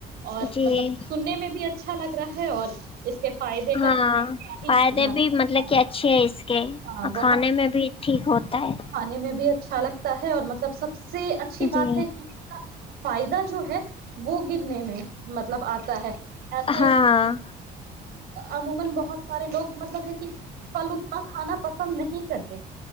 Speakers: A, on the right; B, on the left.
A: اور
B: جی
A: مطلب سننے میں بھی اچھا لگ رہا ہے اور اس کے فائدے کا
B: ہاں
A: تو ہی
B: فائدے
A: کہنا
B: بھی مطلب
A: ہاں
B: کہ اچھے ہے اس کے اور
A: بہت
B: کھانے میں بھی ٹھیک ہوتا ہے
A: کھے میں بھی اچھا اچھا لگتا ہے اور مطلب سب سب سے اچھی
B: جی
A: بات ہے کہ اس کا فائدہ جو ہے وہ گرنے میں مطلب آتا ہے ایسے
B: ہاں
A: عموما بہت سارے لوگ مطلب ہے کہ پلو اتنا کھانا پسند نہیں کرتے